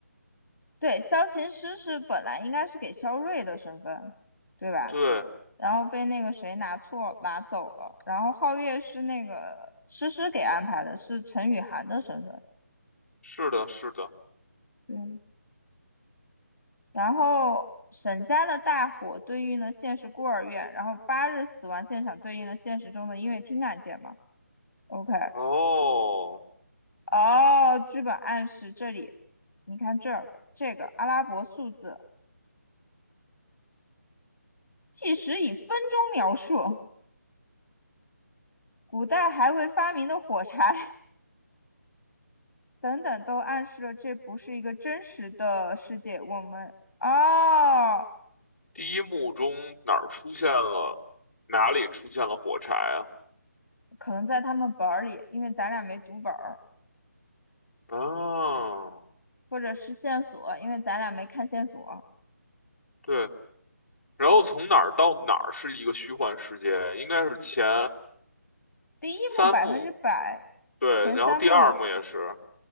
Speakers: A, on the left; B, on the left.
A: 对，萧琴师是本来应该是给萧睿的身份，对吧？
B: 对，
A: 然后被那个谁拿错拿走了，然后皓月是那个诗诗给安排的，是陈雨涵的身份。
B: 是的，是的。
A: 对，然后沈家的大火对应了现实孤儿院，然后八日死亡现场对应了现实中的音乐厅案件嘛？OK，
B: 哦，
A: 哦，剧本暗示这里，你看这个这个阿拉伯数字计时以分钟描述，古代还未发明的火柴 <laughs> 等等，都暗示了这不是一个真实的世界。我们哦，
B: 第一幕中哪儿出现了，哪里出现了火柴啊？
A: 可能在他们本儿里，因为咱俩没读本儿，
B: 啊，
A: 或者是线索，因为咱俩没看线索。
B: 对，然后从哪儿到哪儿是一个虚幻世界，应该是前
A: 第一幕百分之百，
B: 三幕，对，
A: 前三幕，
B: 然后第二幕也是。